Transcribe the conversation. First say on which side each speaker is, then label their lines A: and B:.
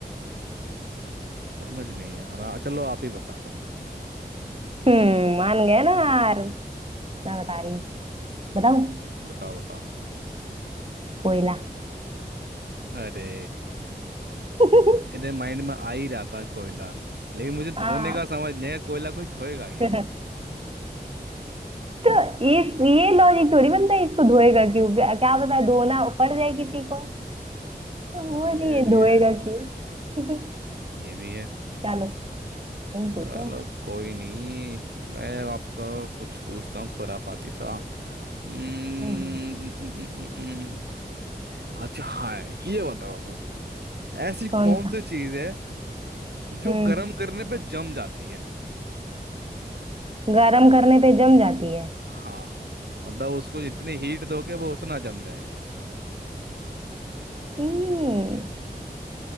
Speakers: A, on the right; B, on the right.
A: समझ नहीं आ रहा चलो आप ही बता दो
B: हम्म मान गए ना यार मैं बता रही हूँ बताऊँ
A: बताओ बताओ
B: कोयला
A: अरे
B: <laughs>
A: मेरे माइंड में आ ही रहा था कोयला लेकिन मुझे धोने
B: हाँ
A: का समझ नहीं आया कोयला कोई धोएगा क्यों
B: <laughs> तो इस ये लॉजिक थोड़ी बनता है इसको धोएगा क्यों क्या क्या पता धोना पड़ जाए किसी को तो
A: हाँ
B: वो
A: ये
B: नहीं
A: भी
B: धोएगा
A: है
B: क्यों <laughs>
A: ये भी है
B: चलो तुम
A: चलो
B: पूछो
A: कोई नहीं मैं आपका कुछ पूछता हूँ खुराफाती सा हम्म,
B: हम्म
A: न- न- न- न- अच्छा हाँ ये बताओ तुम ऐसी कौन
B: कौन सा
A: सी चीज है जो
B: हम्म
A: गर्म करने पे जम जाती है
B: गर्म करने पे जम जाती है
A: हाँ मतलब उसको जितनी हीट दोगे वो उतना जम जाएगा
B: हम्म